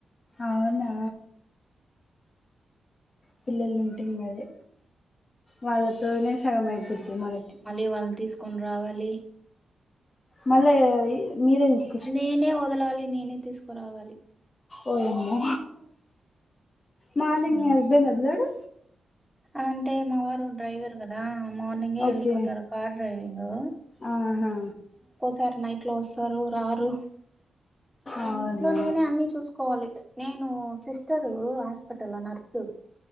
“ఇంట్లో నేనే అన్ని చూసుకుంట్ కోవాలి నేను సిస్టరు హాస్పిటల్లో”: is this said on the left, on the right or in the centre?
Centre